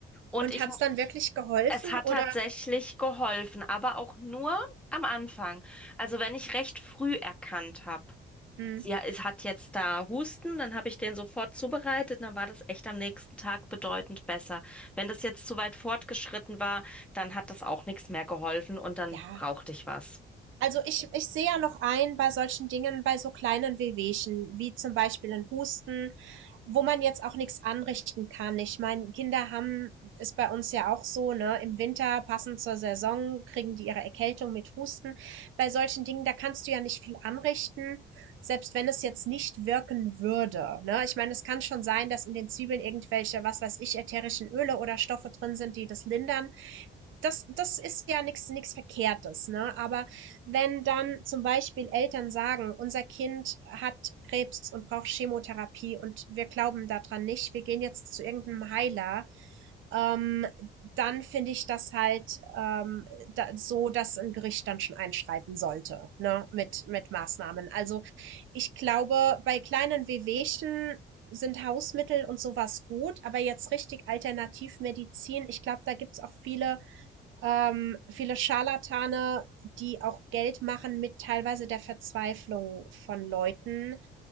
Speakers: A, in the centre; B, on the right.
A: Und
B: Und
A: ich
B: hat's dann wirklich geholfen
A: es hat
B: oder?
A: tatsächlich geholfen, aber auch nur am Anfang. Also wenn ich recht früh erkannt habe,
B: Mhm.
A: sie es hat jetzt da Husten, dann habe ich den sofort zubereitet, dann war das echt am nächsten Tag bedeutend besser. Wenn das jetzt zu weit fortgeschritten war, dann hat das auch nichts mehr geholfen und dann
B: Ja.
A: brauchte ich was.
B: Also ich, ich sehe ja noch ein bei solchen Dingen, bei so kleinen Wehwehchen, wie zum Beispiel ein Husten, wo man jetzt auch nichts anrichten kann. Ich meine, Kinder haben ist bei uns ja auch so, ne, im Winter passend zur Saison kriegen die ihre Erkältung mit Husten. Bei solchen Dingen, da kannst du ja nicht viel anrichten, selbst wenn es jetzt nicht wirken würde, ne? Ich meine, es kann schon sein, dass in den Zwiebeln irgendwelche, was weiß ich, ätherischen Öle oder Stoffe drin sind, die das lindern das, das ist ja nichts nix Verkehrtes, ne? Aber wenn dann zum Beispiel Eltern sagen, unser Kind hat Krebs und braucht Chemotherapie und wir glauben daran nicht, wir gehen jetzt zu irgendeinem Heiler, ähm, dann finde ich das halt ähm, da, so, dass ein Gericht dann schon einschreiten sollte, ne? Mit, mit Maßnahmen. Also ich glaube, bei kleinen Wehwehchen sind Hausmittel und sowas gut, aber jetzt richtig Alternativmedizin, ich glaube, da gibt's auch viele ähm, viele Scharlatane, die auch Geld machen mit teilweise der Verzweiflung von Leuten.